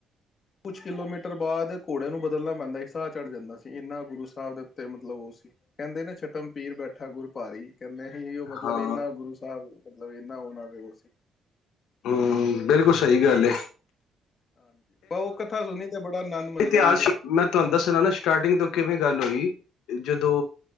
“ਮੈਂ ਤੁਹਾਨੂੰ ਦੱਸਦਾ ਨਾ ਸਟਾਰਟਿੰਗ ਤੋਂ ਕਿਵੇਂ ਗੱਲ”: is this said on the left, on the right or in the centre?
Left